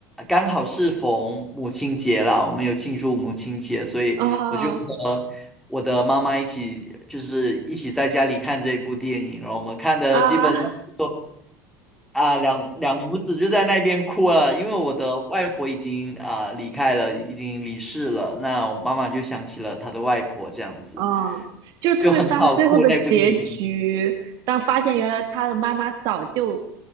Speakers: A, in the centre; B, on the right.
A: 刚好适逢母亲节啦，我们有庆祝母亲节，所以我就和我的妈妈一起，
B: 啊
A: 就是一起在家里看这一部电影，然后我们看的基本上。
B: 啊！
A: 都。啊，两两母子就在那边哭了，因为我的外婆已经啊离开了，已经离世了。那我妈妈就想起了她的外婆，这样子
B: 嗯，就是特别当最后的结局，
A: 就很好哭那部电影。
B: 当发现原来他的妈妈早就